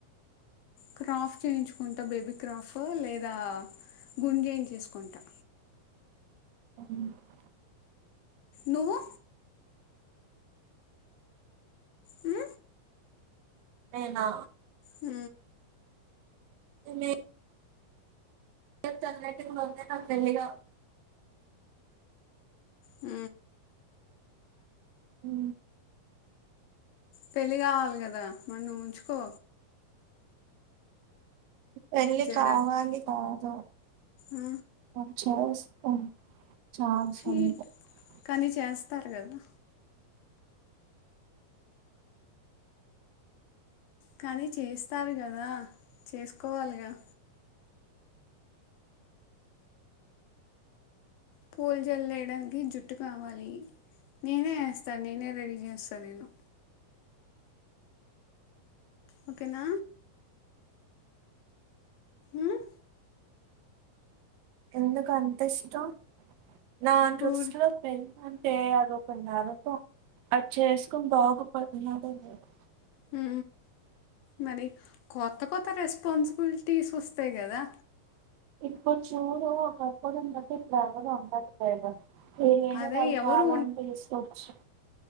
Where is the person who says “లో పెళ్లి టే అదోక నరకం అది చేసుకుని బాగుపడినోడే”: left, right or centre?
Right